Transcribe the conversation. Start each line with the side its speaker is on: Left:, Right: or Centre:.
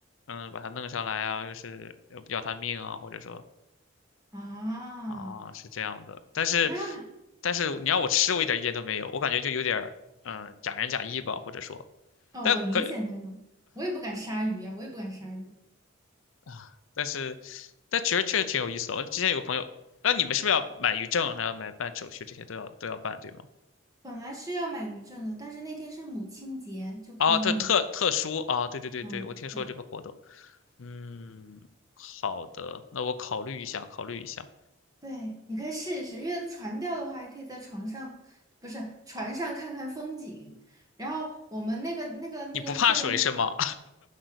Left: 嗯，把它弄上来啊，又是要要它命啊，或者说。
Right: 啊，
Left: 啊，是这样的，但是，
Right: 那
Left: 但是你要我吃，我一点意见都没有，我感觉就有点儿，嗯，假仁假义吧，或者说，
Right: 哦，
Left: 但可
Right: 我理解那种，我也不敢杀鱼呀、我也不敢杀鱼。
Left: 啊，但是，但其实确实挺有意思的。我之前有个朋友，那你们是不是要买鱼证，还要买办手续，这些都要都要办，对吗？
Right: 本来是要买鱼证的，但是那天是母亲节，就可以免。
Left: 啊，这特特殊啊，对对对对，
Right: 嗯，
Left: 我听说这个活动，
Right: 对
Left: 嗯，好的，那我考虑一下，考虑一下。
Right: 对，你可以试一试，因为船钓的话，还可以在床上，不是船上看看风景。然后我们那个那个那个修龙，
Left: 你不怕水是吗？